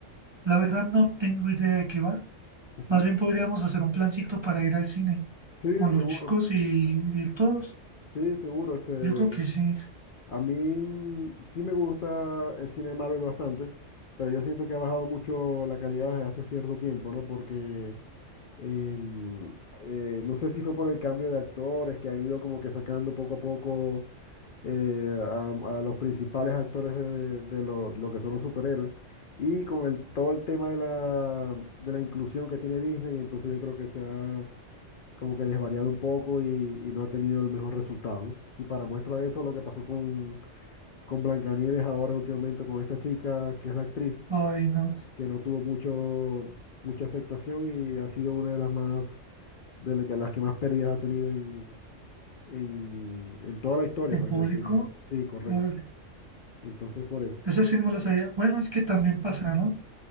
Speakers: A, on the right; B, on the left.
A: la verdad no tengo idea de qué va.
B: ujú,
A: Más bien podríamos hacer un plancito para ir al cine
B: Sí,
A: con
B: seguro,
A: los chicos y ir todos.
B: sí, seguro, este.
A: Yo creo que sí.
B: A mí mm, sí me gusta el cine de Marvel bastante, pero yo siento que ha bajado mucho la calidad desde hace cierto tiempo, ¿no? Porque em, eh, no sé si fue por el cambio de actores que han ido como que sacando poco a poco eh, a, a los principales actores de, de lo, lo que son los superhéroes. Y con el, todo el tema de la, de la inclusión que tiene Disney, entonces yo creo que se ha como que desvariado un poco y, y no ha tenido el mejor resultado, ¿no? Y para muestra de eso, lo que pasó con con Blancanieves ahora últimamente con esta chica que es la actriz
A: Ay, no.
B: que no tuvo mucho mucha aceptación y ha sido una de las más de la que- las que más pérdidas ha tenido en en, en toda la historia
A: En
B: pues
A: público,
B: de, de Disney. Sí, correcto.
A: órale.
B: Entonces por eso.
A: Esa sí no me la sabía. Bueno, es que también pasa, ¿no?